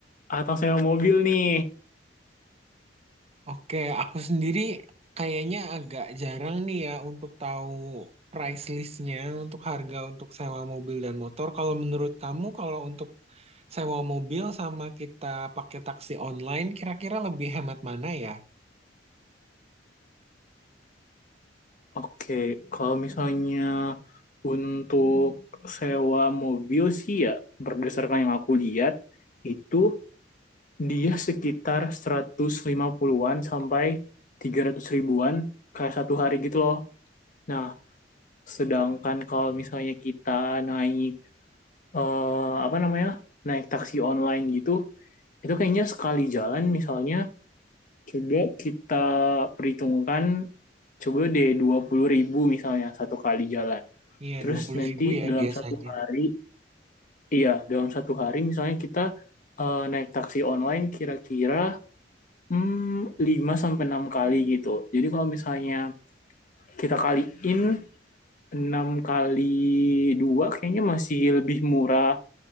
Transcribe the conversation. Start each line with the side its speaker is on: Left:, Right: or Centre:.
Left: atau sewa mobil nih
Right: Oke, aku sendiri kayaknya agak jarang nih ya untuk tahu price listnya untuk harga untuk sewa mobil dan motor. Kalau menurut kamu, kalau untuk sewa mobil sama kita pakai taksi online, kira-kira lebih hemat mana ya?
Left: Oke, kalau misalnya untuk sewa mobil sih ya berdasarkan yang aku lihat itu dia sekitar 150-an sampai 300 ribuan kayak satu hari gitu loh. Nah, sedangkan kalau misalnya kita naik eh, apa namanya? naik taksi online gitu, itu kayaknya sekali jalan misalnya coba kita perhitungkan coba deh 20 ribu misalnya satu kali jalan.
Right: Iya,
Left: Terus
Right: dua puluh
Left: nanti
Right: ribu ya
Left: dalam
Right: biasanya.
Left: satu hari, iya, dalam satu hari misalnya kita eh, naik taksi online kira-kira hmm, 5 sampai 6 kali gitu. Jadi kalau misalnya kita kaliin 6 kali 2, kayaknya masih lebih murah